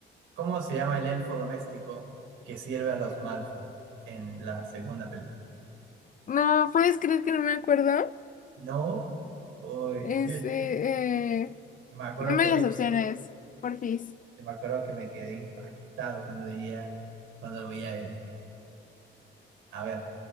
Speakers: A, on the right (about 85°); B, on the left (about 40°).
A: ¿Cómo se llama el elfo doméstico que sirve a los Malfoy en la segunda película?
B: No, ¿puedes creer que no me acuerdo?
A: No. Uy,
B: Este,
A: yo, yo- yo-
B: eh,
A: yo me acuerdo
B: dame
A: que, eh,
B: las opciones, porfis.
A: me acuerdo que me quedé impactado cuando veía, cuando lo veía a él. A ver.